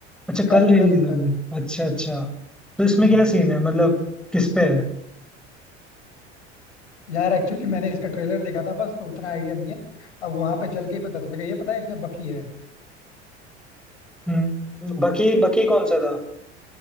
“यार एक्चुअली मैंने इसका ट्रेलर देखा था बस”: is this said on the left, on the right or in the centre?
Left